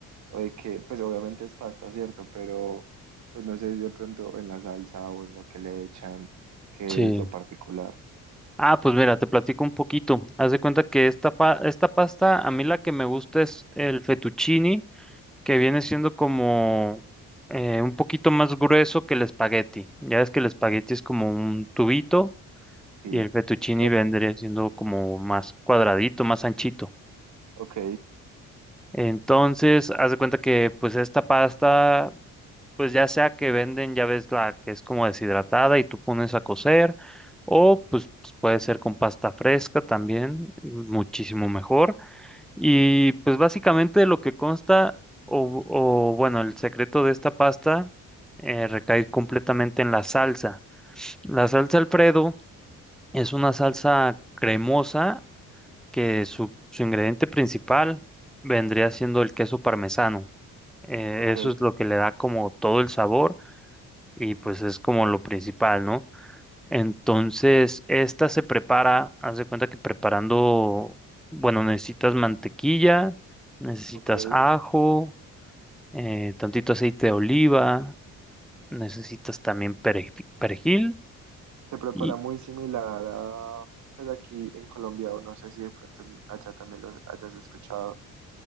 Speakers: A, on the right (about 50°); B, in the centre.
A: o de qué, pues obviamente es pasta, ¿cierto? Pero pues no sé si de pronto en la salsa o en lo que le echan, qué
B: Sí.
A: es lo particular.
B: Ah, pues mira, te platico un poquito. Haz de cuenta que esta, pa- esta pasta, a mí la que me gusta es el fettuccine, que viene siendo como eh, un poquito más grueso que el espagueti. Ya ves que el espagueti es como un tubito y
A: Sí,
B: el fettuccine
A: ¿qué
B: vendría
A: es?
B: siendo como más cuadradito, más anchito.
A: Ok,
B: Entonces, haz de cuenta que pues esta pasta, pues ya sea que venden, ya ves la que es como deshidratada y tú pones a cocer, o pues, pues, puede ser con pasta fresca también, muchísimo mejor. Y pues básicamente lo que consta, o, o, bueno, el secreto de esta pasta eh, recae completamente en la salsa. La salsa Alfredo es una salsa cremosa que su, su ingrediente principal vendría siendo el queso parmesano. Eh,
A: ok,
B: eso es lo que le da como todo el sabor y pues es como lo principal, ¿no? Entonces, esta se prepara, haz de cuenta que preparando, bueno, necesitas mantequilla, necesitas
A: ok.
B: ajo, eh, tantito aceite de oliva, necesitas también pereji- perejil
A: Se prepara
B: y
A: muy similar a, pues aquí en Colombia, o no sé si de pronto allá también lo hayas escuchado